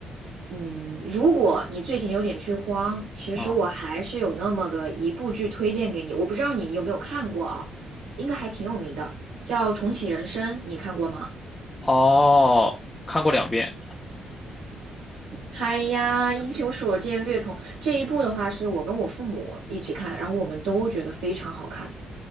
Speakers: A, on the right (about 85°); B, on the left (about 20°).
A: 嗯，如果你最近有点剧荒，其实我还是有那么个一部剧推荐给你，
B: 啊、
A: 我不知道你有没有看过啊，应该还挺有名的，叫《重启人生》，你看过吗？
B: 哦，看过两遍。
A: 嗨呀，英雄所见略同。这一部的话，是我跟我父母一起看，然后我们都觉得非常好看。